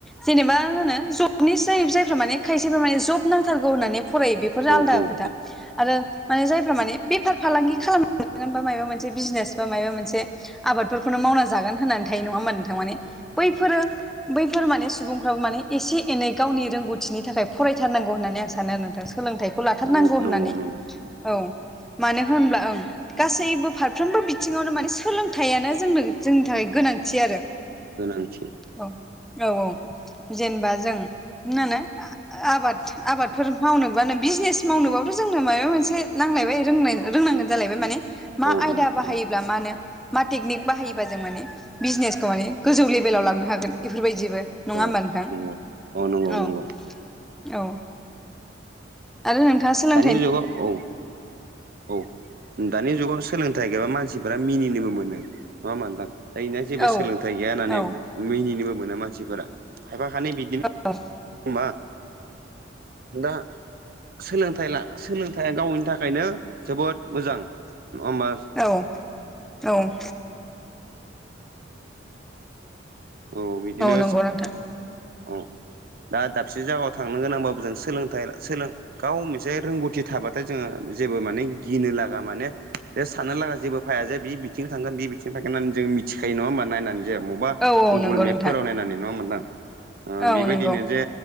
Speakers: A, in the centre; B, on the right (about 50°).
A: जेनेबा होनो जब निसाय जायफ्रा माने खायसेफ्रा माने जब नांथारगौ होननानै फरायो बेफोरो आलादा
B: औ औ
A: खोथा। आरो माने जाय माने बेफार फालांगि खालाम <unintelligible> बा माबा मोनसे बिजनेस बा मायबा मोनसे आबादफोरखौनो मावना जागोन होननानै थायो नङा होमबा नोंथां माने बैफोरो बैफोर माने सुबुंफ्राबो माने एसे एनै गावनि रोंगौथिनि थाखाय फरायथारनांगौ होननानै आं सानो नोंथां सोलोंथाइ खौ लाथारनांगौ
B: नंगौ नंगौ
A: होननानै
B: नंगौ
A: औ मानो होनब्ला ओं गासैबो फारफ्रोमबो बिथिङावनो माने सोलोंथाइयानो जोंनो जोंनि थाखाय गोनांथि आरो।
B: गोनांथि
A: औ औ औ जेनेबा जों मा होनो आ-आबाद आबादफोर मावनोबानो बिजनेस मावनोबाबोथ जोंनो माबा मोनसे नांलायबाय रों रोंनांगोन जालायबाय माने मा
B: औ
A: आयदा
B: औ
A: बाहायोब्ला
B: औ
A: मानो मा टेकनिक बाहायोबा जों माने बिजनेसखौ माने गोजौ लेभेलाव लांनो हागोन बेफोरबायदिबो नङा
B: औ
A: होमबा नोंथां
B: नंगौ औ नंगौ
A: ओं
B: नंगौ
A: औ आरो नोंथाङा सोलों
B: नि जगाव औ औ दानि जुगाव सोलोंथाइ गैयाबा मानसिफोरा मिनिनोबो मोनो नङा नोंथां। दायोया जेबो
A: औ
B: सोलोंथाइ गैया होननानै
A: औ
B: मिनिनोबो मोना मानसिफोरा खायफा खानि बिदिनो
A: औ
B: मा दा सोलोंथाइ दा सो था गावनो थाखायनो जोबोद मोजां नङा होमबा
A: औ औ
B: औ बिदिनो
A: नंगौ नोंथां
B: औ दा दाबसे जायगायाव थांनो गोनांबाबो जों सोलोंथाइ सोलों गाव मोनसे रोंगौथि थाबाथाय जोङो जेबो माने गिनो लागा माने बेे सान लागा जेबो फैाया जे बे बिथिं थांगोन बे बिथिं फैोननानै जों मिथिायो नङा होनोमबा नायनानै जाया अबा
A: औ औ
B: गुगोल
A: नंगौ
B: मेपफोराव
A: नोंथां
B: नायनानै नङा मोनदां ओ
A: औ
B: बेबायदिनो
A: नंगौ
B: जे